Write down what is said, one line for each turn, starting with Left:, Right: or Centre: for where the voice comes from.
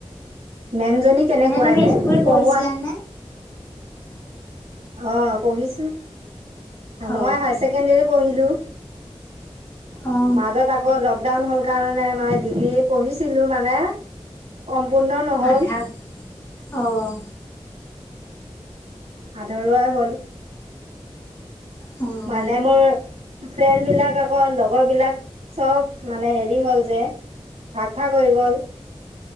Right: মেম জনী কেনেকুৱাই
Left: তুমি
Right: এনে
Left: স্কুল পঢ়িছিলানে?
Right: পঢ়োৱাত। অ পঢ়িছোঁ,
Left: অ',
Right: মই হায়াৰ ছেকেণ্ডেৰী পঢ়িলোঁ।
Left: অ',
Right: মাজত আকৌ লকডাউন হ'ল। কাৰণে মই ডিগ্ৰী পঢ়িছিলো মানে। সম্পূৰ্ণ নহ'ল।
Left: আধা অ',
Right: আধৰুৱা হ'ল।
Left: অ',
Right: মানে মোৰ ফ্ৰেণ্ড বিলাক আকৌ লগৰ বিলাক চব মানে হেৰি হ'ল যে। ভাগ ভাগ হৈ গ'ল।